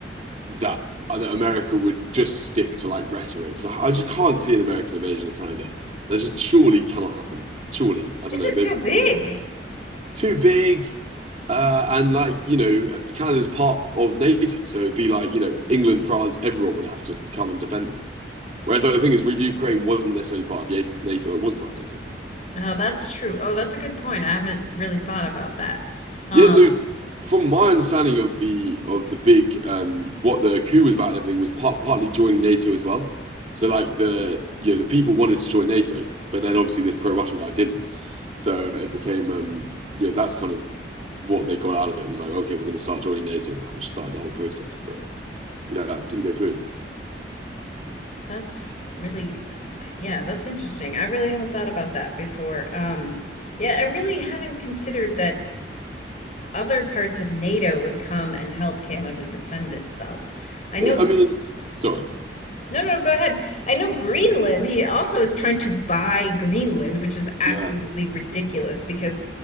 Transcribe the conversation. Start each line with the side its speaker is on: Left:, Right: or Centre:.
Right: that that America would just stick to like rhetoric. 'Cause I just can't see an American invasion of Canada. That just surely cannot happen. Surely, I don't
Left: It's
Right: know.
Left: just
Right: Maybe
Left: too
Right: it
Left: big.
Right: will. too big, uh, and like you know, uh, Canada's part of NATO, so it'd be like you know, England, France, everyone would have to come and defend them. Whereas like, the thing is, Ukraine wasn't necessarily part of NATO. It wasn't part of NATO.
Left: Oh, that's true. Oh, that's a good point. I haven't really thought about that. Um,
Right: Yeah, so from my understanding of the of the big um what the coup was about and everything was part, partly joining NATO as well. So like the you know the people wanted to join NATO, but then obviously this pro-Russian guy didn't. So it became um you know that's kind of what they got out of it was like okay we're going to start joining NATO now, which started the whole process. But yeah, it didn't go through.
Left: that's really, yeah, that's interesting. I really haven't thought about that before. Um, yeah, I really haven't considered that other parts of NATO would come and help Canada defend itself. I know
Right: I I mean, sorry.
Left: No, no, go ahead. I know Greenland, he also is trying to buy Greenland, which is absolutely
Right: Yeah,
Left: ridiculous because